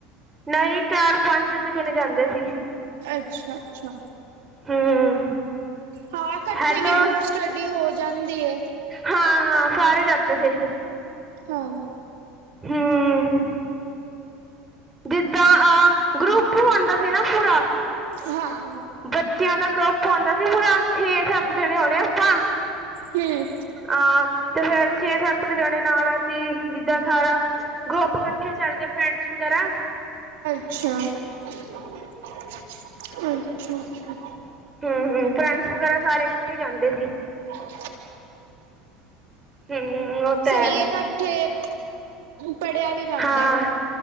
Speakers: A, on the right; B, on the right.
A: ਨਹੀਂ ਚਾਰ-ਪੰਜ ਕੁ ਜਿਨੇ ਜਾਂਦੇ ਸੀ।
B: ਅੱਛਾ-ਅੱਛਾ।
A: ਹਮ
B: ਹਾਂ ਇਕੱਠੇ
A: ਹੈਲੋ
B: ਵੀ ਗਰੁੱਪ ਸਟੱਡੀ ਹੋ ਜਾਂਦੀ ਹੈ।
A: ਹਾਂ-ਹਾਂ ਸਾਰੇ ਜਾਤੇ ਥੇ।
B: ਹਮ।
A: ਹਮ। ਜਿੱਦਾਂ ਆਹ ਗਰੁੱਪ ਹੋਂਦਾ ਸੀ ਨਾ ਪੂਰਾ।
B: ਹਾਂ
A: ਬੱਚਿਆਂ ਦਾ ਗਰੁੱਪ ਆਉਂਦਾ ਸੀ ਪੂਰਾ ਛੇ-ਸੱਤ ਜਣੇ ਆਉਣੇ ਆਪਾਂ।
B: ਹਮ।
A: ਹਾਂ ਤੇ ਫੇਰ ਛੇ-ਸੱਤ ਕੁ ਜਾਣੇ ਨਾਲ ਸੀ, ਜਿੱਦਾਂ ਸਾਰਾ ਗਰੁੱਪ ਇਕੱਠੇ ਚੱਲ ਗਏ ਫਰੈਂਡਸ ਵਗੈਰਾ।
B: ਅੱਛਾ। <unintelligible> ਅੱਛਾ।
A: ਹਮ-ਹਮ ਫਰੈਂਡਸ ਵਗੈਰਾ ਸਾਰੇ ਇਕੱਠੇ ਜਾਂਦੇ ਸੀ।
B: ਹਮ।
A: ਹੂੰ ਉਹ ਤਾਂ
B: ਸਹੀ ਹੈ ਇਕੱਠੇ, ਪੜ੍ਹਿਆ ਵੀ ਜਾਂਦਾ
A: ਹਾਂ
B: ਐ।